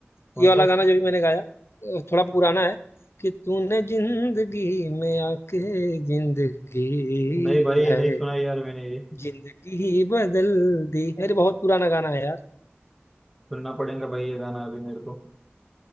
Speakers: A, in the centre; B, on the left.
A: कौन
B: ये वाला
A: सा
B: गाना जो भी मैंने गाया अ, थोड़ा पुराना है कि तूने जिंदगी में आके जिंदगी है
A: नहीं भाई नहीं सुना यार मैंने ये
B: जिंदगी ही बदल दी अरे बहुत पुराना गाना है यार
A: सुनना पड़ेगा भाई ये गाना अभी मेरे को